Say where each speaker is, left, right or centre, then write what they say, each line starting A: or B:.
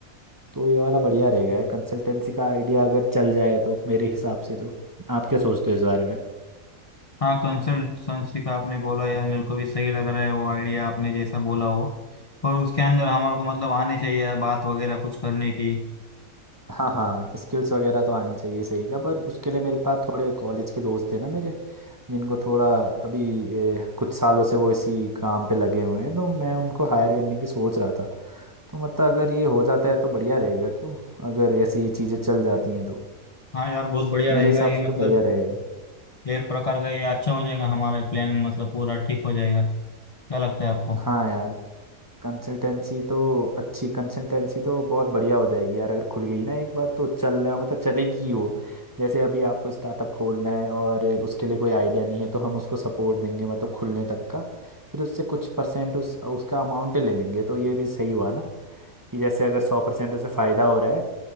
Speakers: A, on the right; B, on the left.
A: तो ये वाला बढ़िया रहेगा कंसल्टेंसी का आइडिया अगर चल जाए तो मेरे हिसाब से तो आप क्या सोचते हो इस बारे में
B: हाँ कंसल्टेंसी का आपने बोला यार मेरे को भी सही लग रहा है वो आइडिया आपने जैसा बोला हो और उसके अंदर हमारे को मतलब आने चाहिए यार बात वगैरह कुछ करने की
A: हाँ हाँ स्किल्स वगैरह तो आनी चाहिए सही का पर उसके लिए मेरे पास थोड़े कॉलेज के दोस्त हैं ना मेरे जिनको थोड़ा अभी ए, कुछ सालों से वो इसी काम पे लगे हुए हैं तो मैं उनको हायर करने की सोच रहा था तो मतलब अगर ये हो जाता है तो बढ़िया रहेगा क्यों अगर ऐसी चीज़ें चल जाती हैं तो
B: हाँ यार बहुत बढ़िया
A: मेरे
B: रहेगा
A: हिसाब
B: ये
A: से तो
B: मतलब
A: बढ़िया रहेगा
B: एक प्रकार का ये अच्छा हो जाएगा हमारा प्लान मतलब पूरा ठीक हो जाएगा क्या लगता है आपको
A: हाँ यार कंसल्टेंसी तो अच्छी कंसल्टेंसी तो बहुत बढ़िया हो जाएगी यार अगर खुल गई ना एक बार तो चलना मतलब चलेगी ही वो जैसे अभी आपको स्टार्टअप खोलना है और उसके लिए कोई आइडिया नहीं है तो हम उसको सपोर्ट देंगे मतलब खुलने तक का फिर उससे कुछ परसेंट उस उसका अमाउंट ले लेंगे तो ये भी सही हुआ ना कि जैसे अगर सौ परसेंट उसे फ़ायदा हो रहा है